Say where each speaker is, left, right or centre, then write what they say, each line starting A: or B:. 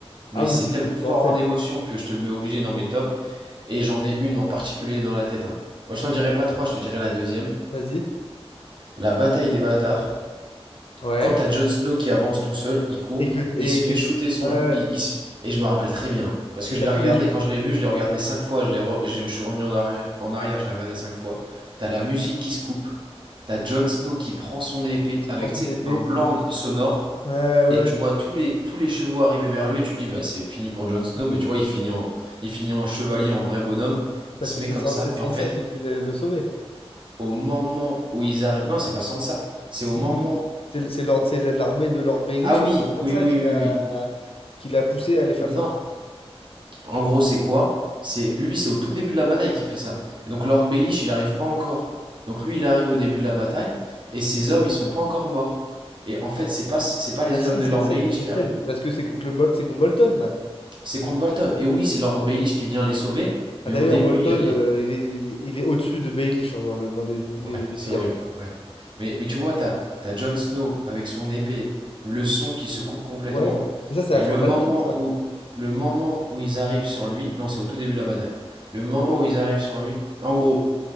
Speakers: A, on the right; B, on the left.
A: mais
B: Ah, mais
A: c'est
B: c'est
A: tellement
B: une des plus
A: fort
B: grandes scènes.
A: en émotion que je te le mets obligé dans mes tops. Et j'en ai une en particulier dans la tête. hein. Moi, je t'en dirai pas trois, je te dirai la deuxième.
B: Vas-y.
A: La bataille des bâtards.
B: Ouais.
A: Quand t'as Jon Snow qui avance tout seul, il court,
B: Et que et
A: il se fait
B: que
A: shooter son...
B: ouais ouais.
A: il- il se- Et je me rappelle très bien, parce que
B: Et
A: je
B: t'as
A: l'ai
B: tous
A: regardé,
B: les cheveux
A: quand je l'ai vu, je l'ai regardé cinq fois, je, l'ai re- je, je suis revenu en arrière, en arrière, je l'ai regardé cinq fois. T'as la musique qui se coupe, t'as Jon Snow qui prend son épée avec,
B: dans son
A: tu sais,
B: épée.
A: un blanc sonore,
B: Ouais ouais
A: et tu
B: ouais.
A: vois tous les, tous les chevaux arriver vers lui, et tu te dis, bah c'est fini pour Jon Snow, mais tu vois, il finit en, il finit en chevalier, en vrai bonhomme,
B: Parce
A: il se
B: que
A: met
B: c'est
A: comme
B: San-
A: ça,
B: c'est Sansa
A: et en fait,
B: qui a pu le, le sauver.
A: au moment où ils arrivent... Non, c'est pas Sansa, c'est
B: Si
A: au moment
B: c'est le- c'est Lord- c'est l'armée de Lord Baelish.
A: Ah oui,
B: C'est
A: oui,
B: Sansa
A: oui,
B: qui
A: oui,
B: l'a
A: oui.
B: qui l'a poussé à aller faire
A: Non.
B: ça.
A: En gros, c'est quoi? C'est lui, c'est au tout début de la bataille qui fait ça. Et donc Lord Baelish, il n'arrive pas encore. Donc lui, il arrive au début de la bataille et ses hommes, ils sont pas encore morts. Et en fait,
B: Ah,
A: c'est pas c'est pas les
B: ah si
A: hommes de
B: cette
A: Lord
B: scène
A: Baelish
B: cette
A: qui arrivent.
B: scène parce que c'est contre le Bol c'est contre Bolton là.
A: C'est contre Bolton. Et oui, c'est Lord Baelish qui vient les sauver,
B: Ah
A: mais
B: d'ailleurs
A: au début,
B: Bolton
A: il y a les
B: euh, il est il est au-dessus de Baelish hein, dans le dans les, les,
A: Ouais,
B: les
A: c'est
B: pires.
A: horrible, ouais. Mais, mais tu vois, t'as, t'as Jon Snow avec son épée, le son qui se coupe complètement,
B: Ouais. Mais ça c'est
A: et
B: la
A: le
B: fin de
A: moment
B: la scène ça.
A: où, le moment où ils arrivent sur lui, non, c'est au tout début de la bataille, le moment
B: Ah ouais.
A: où ils arrivent sur lui, en gros,